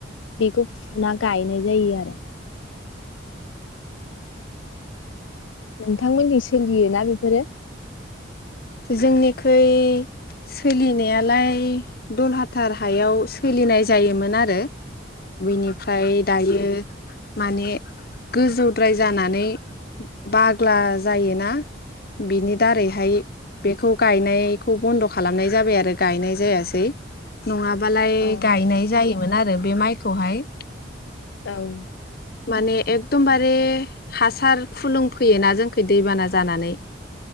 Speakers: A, on the left (about 75°); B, on the left (about 50°).
A: बेखौ फुना गायनाय जायो आरो नोंथांमोननि सोलियो ना बेफोरो
B: जोंनिखुइ सोलिनायालाय दलहाथार हायाव सोलिनाय जायोमोन आरो बेनिफ्राय दायो माने गोजौद्राय जानानै बाग्ला जायोना बिनि दारैहाय बेखौ गायनायखौ बन्द खालामनाय जाबाय आरो गायनाय जायासै नङा बालाय
A: औ
B: गायनाय जायो मोन आरो बे माइखौहाय
A: औ
B: माने एकदमबारे हासार फुलुंफैयोना जोंखौ दैबाना जानानै